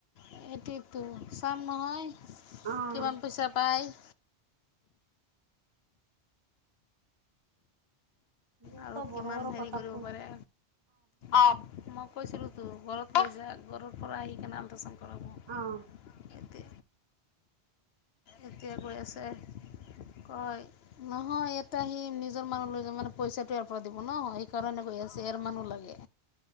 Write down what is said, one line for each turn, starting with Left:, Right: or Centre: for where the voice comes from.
Left: সেইটোৱেতো চাম নহয়,
Right: অ',
Left: কিমান পইচা পায়।
Right: সিহঁতৰ
Left: আৰু
Right: বড়ো
Left: কিমান
Right: বড়ো
Left: হেৰি
Right: কথা
Left: কৰিব
Right: ক
Left: পাৰে, অ' মই কৈছিলোঁ তো ঘৰত - নিজা ঘৰৰ পৰা আহি কিনে আল্ট্ৰাচাউণ্ড কৰাব।
Right: অ'।
Left: হেতি, এতিয়া কৈ আছে - কয়, নহয় ইয়াতে আহিম নিজৰ মানুহ লৈ যাম মানে পইচা - পৰা দিব ন, সেইকাৰণে কৈ আছে এইয়াৰ মানুহ লাগে।